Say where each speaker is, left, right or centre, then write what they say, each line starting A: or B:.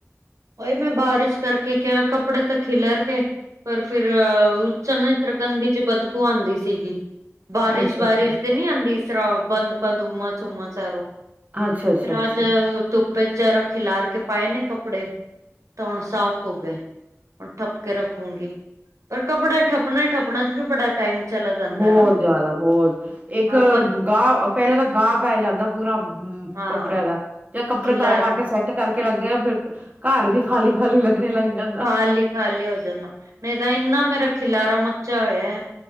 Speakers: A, on the right; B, on the right.
A: ਉਹੀ ਮੈਂ ਬਾਰਿਸ਼ ਕਰਕੇ ਕਿਹਾ ਕੱਪੜੇ ਤਾਂ ਖਿਲਰਗੇ ਪਰ ਫਿਰ ਚਨਤ ਗੰਦੀ 'ਚ ਬਦਬੂ ਆਉਂਦੀ ਸੀਗੀ। ਬਾਰਿਸ਼-ਬਾਰਿਸ਼
B: ਅੱਛਾ ਅੱਛਾ
A: ਤੇ ਨੀ ਆਉਂਦੀ ਜਿਸਰਾ ਬੰਦ- ਬੰਦ ਹੁੰਮਸ- ਹੁੰਮਸ ਚਾਰੋ
B: ਅੱਛਾ ਅੱਛਾ
A: ਫਿਰ
B: ਅੱਛਾ
A: ਅੱਜ ਧੁੱਪੇ ਜਰ ਖਿਲਾਰ ਕੇ ਪਾਏ ਨੇ ਕੱਪੜੇ ਤਾਂ ਹੁਣ ਸਾਫ਼ ਹੋ ਗਏ ਹੁਨ ਠੱਪ ਕੇ ਰੱਖੂਗੀ, ਪਰ ਕੱਪੜਾ ਠੱਪਣੇ-ਠੱਪਣੇ 'ਚ ਵੀ ਬੜਾ ਟਾਈਮ ਚਲਾ ਜਾਂਦਾ
B: ਬਹੁਤ
A: ਨਾ
B: ਜਿਆਦਾ ਬਹੁਤ ਇੱਕ
A: ਹਾਂ ਬ
B: ਗਾਹ ਪਹਿਲੇ ਤਾਂ ਗਾਹ ਪੈ ਜਾਂਦਾ ਪੂਰਾ ਹਮ
A: ਹਾਂ
B: ਕੱਪੜਿਆਂ ਦਾ ਜਾਂ ਕੱਪੜੇ
A: ਖਿਲਾਰਾ
B: ਤਾਏ ਮਾਰ ਕੇ ਸੈ ਕਰਕੇ ਲੱਗੇ ਫਿਰ ਘਰ ਵੀ ਖਾਲੀ-ਖਾਲੀ ਲੱਗਣੇ ਲੱਗ ਜਾਂਦੇ।
A: ਖਾਲੀ-ਖਾਲੀ ਹੋ ਜਾਂਨਾ ਨਹੀਂ ਤਾਂ ਇੰਨਾ ਮੇਰਾ ਖਿਲਾਰਾ ਮ ਚਆ ਹੋਆ